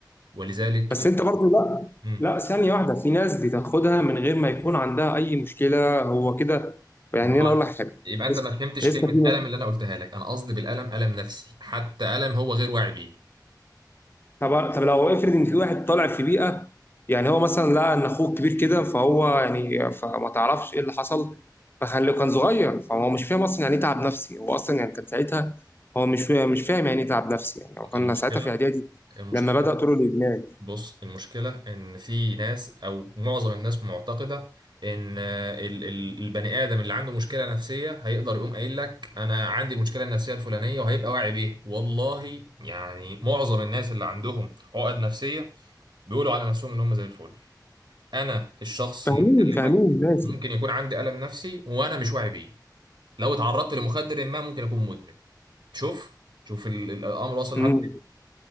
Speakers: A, on the right; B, on the left.
A: ولذلك
B: بس
A: ال...
B: انت برضو لا
A: مم.
B: لا ثانيه واحده في ناس بتاخدها من غير ما يكون عندها اي مشكله هو كده يعني
A: ما هو
B: انا اقول لك حاجه
A: يبقى انت
B: لسه
A: ما فهمتش
B: لسه
A: كلمه
B: في
A: الم اللي انا قلتها لك انا قصدي بالالم الم نفسي حتى الم هو غير واعي بيه
B: طب طب لو افرض ان في واحد طالع في بيئه يعني هو مثلا لقى ان اخوه كبير كده فهو يعني فما تعرفش ايه اللي حصل فخلي كان صغير فهو مش فاهم اصلا يعني ايه تعب نفسي هو اصلا يعني كان ساعتها هو مش فا- مش فاهم يعني ايه تعب نفسي يعني هو كان
A: المشكله
B: ساعتها في اعدادي
A: المشكله
B: لما بدأ طرق الادمان
A: بص المشكلة إن في ناس أو معظم الناس معتقدة إن ال- ال- البني آدم اللي عنده مشكلة نفسية هيقدر يقوم قايل لك أنا عندي المشكلة النفسية الفلانية وهيبقى واعي بيه والله يعني معظم الناس اللي عندهم عقد نفسية بيقولوا على نفسهم إن هم زي الفل أنا الشخص
B: فاهمين
A: اللي بكلمك
B: فاهمين ماشي
A: ممكن يكون عندي ألم نفسي وأنا مش واعي بيه لو اتعرضت لمخدر ما ممكن أكون مدمن شوف شوف ال- ال- الأمر واصل
B: امم
A: لحد فين.